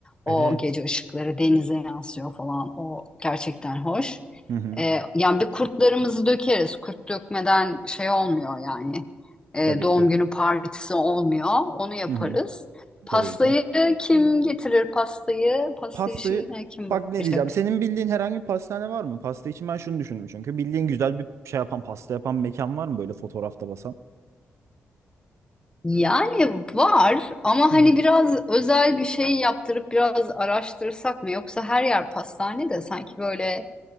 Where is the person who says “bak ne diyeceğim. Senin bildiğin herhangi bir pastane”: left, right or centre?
Right